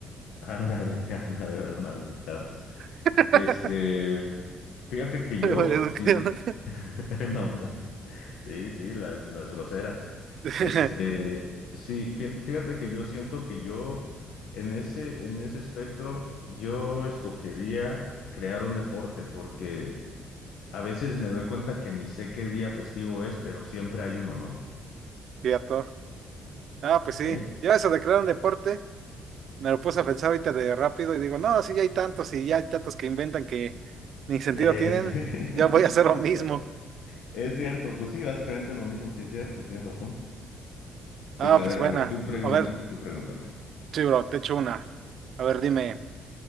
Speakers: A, on the left; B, on the right.
A: Ándale, <laughs> ándale, las maleducadas.
B: <laughs>
A: Este, fíjate que yo,
B: Maleducada.
A: si, <laughs> No, manches. sí, sí, las, las groseras.
B: <laughs>
A: Este, sí, fí- fíjate que yo siento que yo en ese, en ese espectro, yo escogería crear un deporte, porque a veces me doy cuenta que ni sé qué día festivo es, pero siempre hay uno, ¿no?
B: Cierto. Ah, pues
A: Ok.
B: sí. Yo eso de crear un deporte, me lo puse a pensar ahorita de rápido y digo, no, sí, ya hay tantos y ya hay tantos que inventan que ni sentido
A: Eh,
B: tienen.
A: <laughs>
B: Ya voy a hacer
A: sí,
B: lo
A: es
B: mismo.
A: cierto. Es cierto, pues sí, básicamente lo mismo, sí es cierto, tienes razón. Pues
B: Ah,
A: a
B: pues
A: ver,
B: bueno.
A: a ver, tú pregúntame,
B: A ver,
A: tú pregúntame.
B: sí, bro, te echo una. A ver, dime.